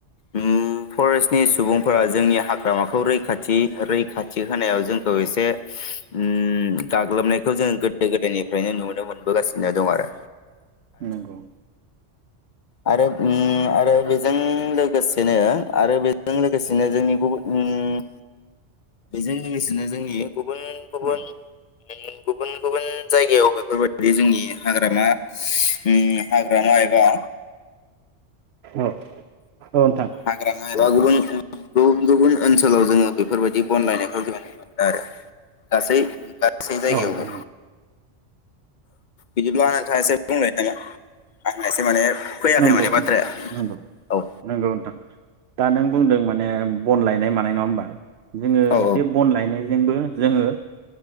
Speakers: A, on the left; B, on the right.
A: ओम फरेस्टनि सुबुंफोरा जोंनि हाग्रामाखौ रैखाथि रैखाथि होनायाव जोंखौ एसे ओम गाग्लोबनायखौ जोङो गोदो गोदो गोदोनिफ्रायनो नुनो मोनबोगासिनो दंआरो
B: नंगौ
A: आरो ओम आरो बेजों लोग लोगोसेनो आरो बेजों लोगोसेनो जोंनि गुबुन ओम बेजों लोगोसेनो जोंनि गुबुन गुबुन
B: ओम
A: <unintelligible> गुबुन गुबुन जायगायाव बेफोरबायदि जोंनि हाग्रामा ओम हाग्रामा एबा
B: ओम औ नोंथां
A: हाग्रामा एबा गुबुन गुबुन ओनसोलाव जोङो बेफोरबायदि बन लायनायखौ जों नुनो मोनदों आरो गासै गासै जायगायावबो
B: औ नोंथां औ
A: बिदिब्ला नोंथां एसे <inaudible> बुंनो नामा आंना एसे माने फैयाखै
B: नोंगौ
A: माने बाथ्राया
B: नंगौ
A: औ
B: नोंगौ नोंथां। दा नों बुंदों माने बन लायनाय मानाय नङा होमबा। जोङो
A: औ
B: बे बन लायनायजोंबो। जोङो